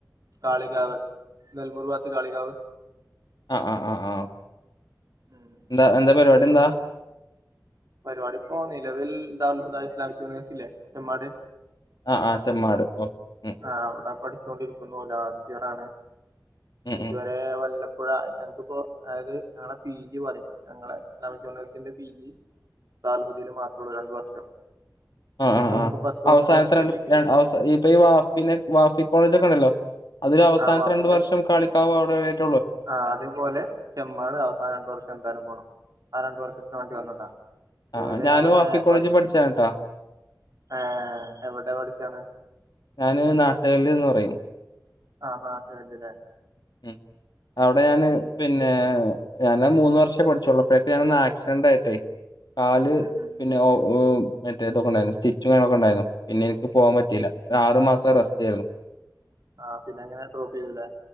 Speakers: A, on the right; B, on the left.
A: കാളികാവ് നെൽമൂർ ഭാത്ത് കാളികാവ്
B: അ അ അ അ
A: ഉം.
B: എന്താ എന്താ പരിപാടി എന്താ
A: പരിപാടിപ്പോ നിലവിൽ ദാറുൽഹുദ ഇസ്ലാമക് യൂണിവേഴ്സിറ്റില്ലേ ചെമ്മാട്
B: ആ ആ ചെമ്മാട് ഓക്കെ ഉം
A: ആ അവിടെ പഠിച്ചോണ്ടിരിക്കുന്നു ലാസ്റ്റ് ഇയർ ആണ്
B: ഉം
A: ഇതുവരെ
B: ഉം
A: വല്ല ഇപ്പോഴ ഞങ്ങക്കിപ്പോ അതായത് ഞങ്ങളെ പി ജി പറയും ഞങ്ങളെ ഇസ്ലാമിക് യൂണിവേഴ്സിറ്റിന്റെ പി ജി താൽഹുദീന് മാത്രള്ളൂ രണ്ടു വർഷം
B: ആ
A: അതിന്റെ
B: ആ ആ
A: മുമ്പ് പത്ത് വർഷം
B: അവസാനത്തെ രണ്ട്
A: ഏതെങ്കിലും
B: രണ് അവസ ഇപ്പൊ ഈ വാ പിന്നെ വാഫി കോളേജൊക്കെണ്ടല്ലോ അതിലവസാനത്തെ
A: ആ വാഫിന്റെ
B: രണ്ടു വർഷം കളിക്കാവ് അവിടെവ്ടേറ്റ്
A: ആ അത് പോലെ ചെമ്മാട് അവസാന രണ്ടു വർഷം ന്തായാലും പോണം ആ രണ്ടു വർഷത്തിന് വേണ്ടി വന്നതാ ഇതുവരെ
B: ആ ഞാനും
A: അവിടെ
B: വഫി കോളേജി
A: വൽ
B: പഠിച്ചാട്ടാ
A: ഏ എവിടെ പഠിച്ചാണ്
B: ഞാന് നാട്ട്കല്ല്ന്ന് പറയും
A: ആ നാട്ട്കല്ല് ലേ
B: ഉം അവിടെ ഞാന് പിന്നെ ഞാന് മൂന്ന് വർഷേ പഠിച്ചുള്ളു പ്പോഴൊക്കെ ഞാന് ആക്സിഡന്റ് ആയിട്ടേ കാല്
A: ഉം ഉം
B: പിന്നെ മെറ്റേതൊക്കെ ഉണ്ടായിരുന്നു സ്റ്റിച് ക്കെ ഉണ്ടായിരുന്നു പിന്നെ എനിക്ക് പോകാൻ പറ്റില്ല ആറു മാസം റെസ്റ്റ് ആരുന്നു
A: ആഹ് പിന്നെ അങ്ങനെ ഡ്രോപ്പ് ചെയ്തുല്ലേ